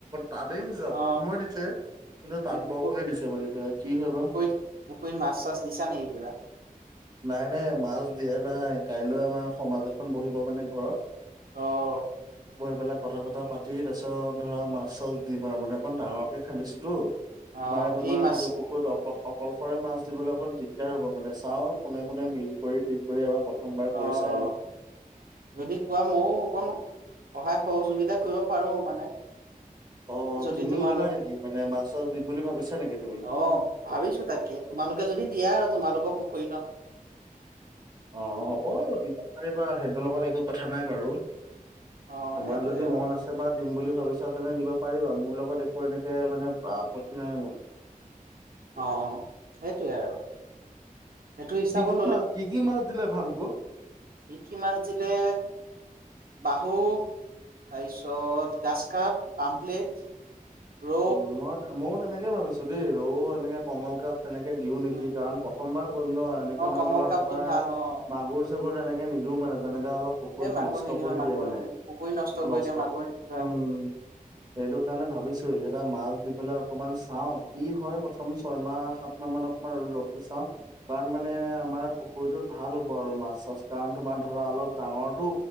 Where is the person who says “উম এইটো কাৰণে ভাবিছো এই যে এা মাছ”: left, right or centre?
Right